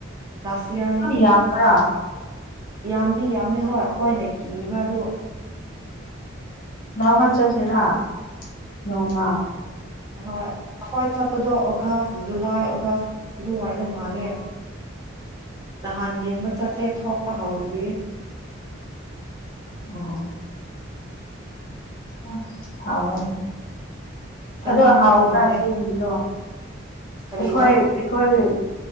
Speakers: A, on the right; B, on the left.
A: ꯂꯥꯁ ꯌꯥꯔꯅꯤ
B: ꯅꯤ ꯌꯥꯝ ꯀꯔ
A: ꯌꯥꯝꯗꯤ ꯌꯥꯝꯃꯦ ꯍꯣꯏ ꯑꯩꯈꯣꯏꯅ ꯀꯤꯕ ꯑꯗꯨ
B: ꯂ ꯍꯠ ꯆꯠꯁꯤꯔ ꯅꯣꯡꯃ
A: ꯍꯣꯏ ꯍꯣꯏ ꯆꯠꯄꯗꯣ ꯑꯣꯒꯁ ꯖꯨꯂꯥꯏ ꯑꯣꯒꯁ ꯑꯗꯨꯋꯥꯏꯗ ꯃꯥꯜꯂꯦ ꯅꯍꯥꯟ ꯌꯦꯡꯕ ꯆꯠꯂꯦ ꯊꯣꯛꯄ ꯍꯧꯗ꯭ꯔꯤ
B: ꯑ <inaudible> ꯑ ꯊꯥꯎꯅꯤ
A: ꯆꯥꯅꯤꯡꯕꯅ
B: ꯑꯗꯣ ꯍꯥꯎꯕ꯭ꯔꯥ
A: ꯂꯣꯏꯔꯦ
B: ꯆꯦꯡꯅꯤꯗꯣ
A: ꯀꯔꯤꯕ
B: ꯑꯩꯈꯣꯏ ꯑꯩꯈꯣꯏ